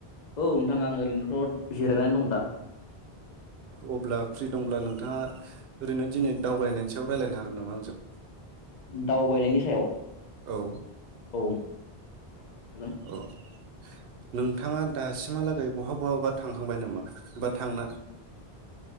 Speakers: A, on the left; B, on the right.
A: औ नोंथां आं ओरैनोथ जिरायनानै दं दा
B: औ अब्ला फ्रि दंब्ला नोंथाङा ओरैनो दिनै दावबायनायनि सायाव रायज्लायनो हागोन नामा आंजों?
A: दावबायनायनि सायाव
B: औ
A: औ हागोन
B: अ <inaudible> नोंथाङा दासिमहालागै बहा बहाबा थांखांबाय नामा बा थांना